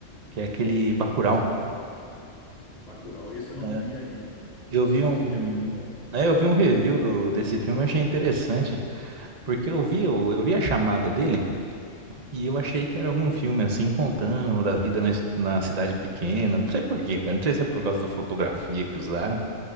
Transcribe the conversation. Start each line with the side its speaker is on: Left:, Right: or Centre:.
Right: que é aquele Bacurau.
Left: Bacurau, esse eu não
Right: né?
Left: vi ainda, rapaz.
Right: Eu vi
Left: Dizem
Right: um,
Left: que é muito bom.
Right: é, eu vi um review do, desse filme, eu achei interessante, porque eu vi, o-
Left: Olha,
Right: eu vi a chamada dele e eu achei que era algum filme assim contando da vida na, es- na cidade pequena, não sei por quê, cara, não sei se é por causa da fotografia que usaram,